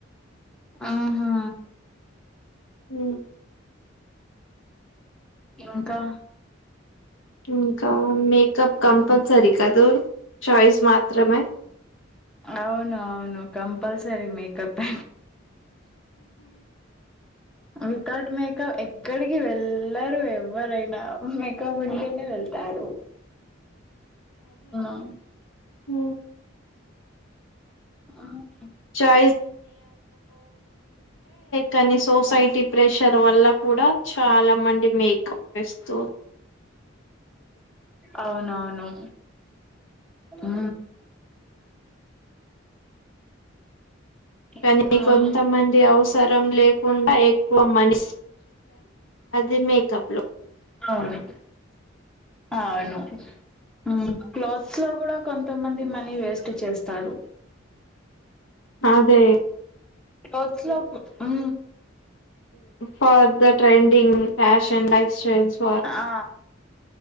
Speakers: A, in the centre; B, on the left.
A: ఆహా
B: ఉ
A: ఇంకా
B: ఇంకా మేకప్ కంపల్సరి కదూ చాయిస్ మాత్రమే
A: అవును అవును కంపల్సప్ మేకప్ వితౌట్ మేకప్ ఎక్కడికి వెళ్లరు ఎవ్వరైనా మేకప్పున్ టేనె వెళ్తారూ ఆ
B: ఊ
A: <unintelligible>
B: <unintelligible> కని సోసైటీ ప్రెష్ షర్ వల్ల కూడా చాలా మంది మేకప్ వెస్తూ
A: అవునవును ఊ
B: కానీ
A: అవును
B: కొంతమంది అవసరం లేకుండ ఎక్కువ మని అది మేకప్ లొ
A: అవును ఆవును ఊ క్లోత్స్ లో గూడా కొంతమంది మనీ వేస్టు చేస్తారూ
B: ఆదే
A: క్లోత్స్ లోకు ఊ
B: for the trending fashion life styles for
A: ఆ